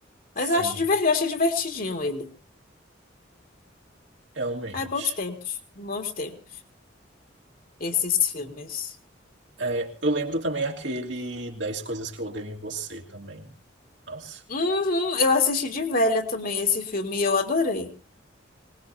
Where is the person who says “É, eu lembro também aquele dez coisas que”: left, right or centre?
Right